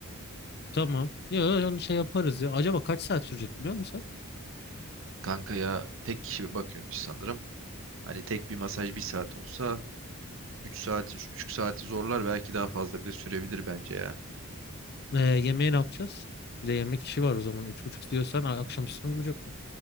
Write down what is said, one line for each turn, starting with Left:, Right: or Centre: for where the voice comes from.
Left: tamam. Ya onu şey yaparız ya. Acaba kaç saat sürecek biliyor musun?
Right: Kanka ya tek kişi bakıyormuş sanırım. Hani tek bir masaj bir saat olsa 3 saati, 3,5 saati zorlar belki daha fazla bile sürebilir bence ya.
Left: sen? Ee, yemeği ne yapacağız? Bir de yemek işi var o zaman. Üç buçuk diyorsan a- akşam üstüne bulacak mı?